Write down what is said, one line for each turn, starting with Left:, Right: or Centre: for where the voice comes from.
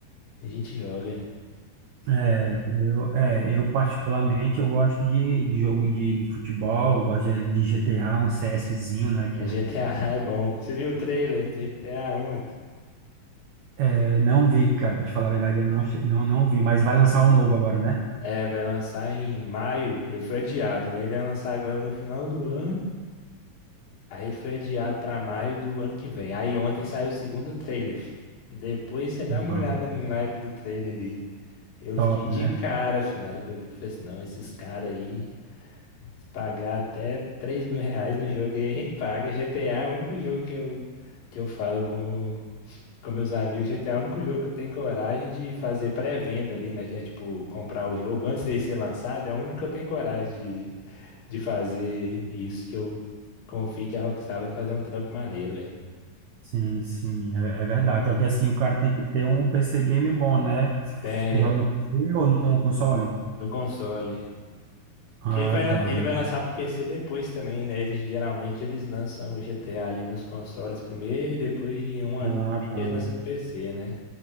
Left: a gente joga.
Right: É, eu, é, eu particularmente eu gosto de, de jogo de, de futebol, eu gosto de, de GTA, um CSzinho, né? Que
Left: A
Right: é,
Left: <laughs> GTA é bom. Você viu o trailer do GTA ontem?
Right: é, não vi, cara, pra te falar a verdade, eu não, che- não, não vi, mas vai lançar o novo agora, né?
Left: É, vai lançar em maio. Ele foi adiado, né? Ele ia lançar agora no final do ano. Aí ele foi adiado pra maio do ano que vem. Aí ontem saiu o segundo trailer. fi. Depois você dá
Right: Hum,
Left: uma olhada no naipe do trailer ali. Eu
Right: Top,
Left: fiquei
Right: né?
Left: de cara, fi, na hora que eu vi. Eu falei assim, não, esses caras aí Se pagar até 3 mil reais no jogo aí, a gente paga. GTA é o único jogo que eu, que eu falo com, com meus amigos. GTA é o único jogo que eu tenho coragem de fazer pré-venda ali, né? Que é tipo comprar o jogo antes dele ser lançado. É o único que eu tenho coragem de, de fazer isso. Que eu confio que a Rockstar vai fazer um trampo maneiro, velho.
Right: Sim, sim, é, é verdade. Só que assim, o cara tem que ter um PC game bom, né? Se f-
Left: Tem,
Right: tu joga no PC ou no console?
Left: no console.
Right: Ah,
Left: Que Ele vai, lan-
Right: tá.
Left: ele vai lançar pro PC depois também, né? Eles, geralmente eles lançam o GTA ali nos consoles primeiro e depois de um aninho
Right: Ah,
Left: ali
Right: tá.
Left: que eles lançam no PC, né?